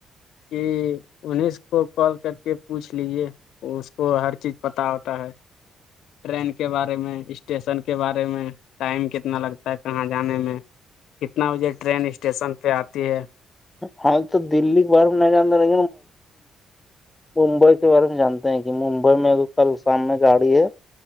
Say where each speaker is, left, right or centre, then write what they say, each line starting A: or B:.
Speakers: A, on the left; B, on the left.
A: کہ انہس کو کال کر کے پوچھ لیجے اس کو ہر چیز پت ہوتا ہے ٹرین کے بارے میں اسٹیشن کے بارے میں ٹائم کتنا لگتا ہے کہاں جانے میں کتنا بجے ٹرین اسٹیشن پہ آتی ہے
B: ہاں تو دللیی باہر نہیں جانتا لے ممبئی کے بارے میں جانتے ہیں کہ ممبئی میں ا کل شام میں گاڑی ہے